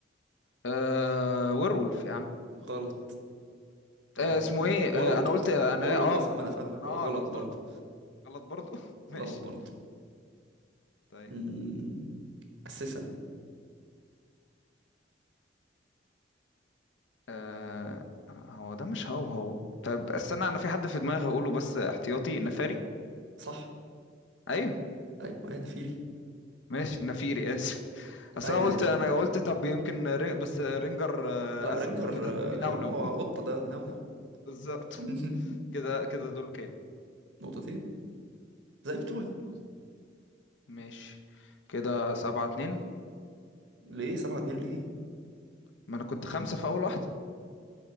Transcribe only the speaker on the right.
غلط اه
وورويك
وورويك
اصلا
ما انا فاهمك
آه،
غلط
برضه
غلط برضه
أمم، اساسا
صح
ايوه انا فيري
عادي
عادي
لا
رينجر
آه، يا
عم
هو قطه
ده نو نو
<laughs>
نقطتين زي بتوعي
ليه سبعة اتنين ليه